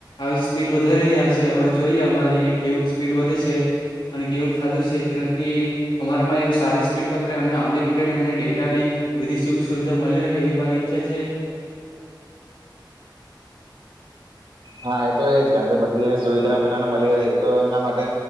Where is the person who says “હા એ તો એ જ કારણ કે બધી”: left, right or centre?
Right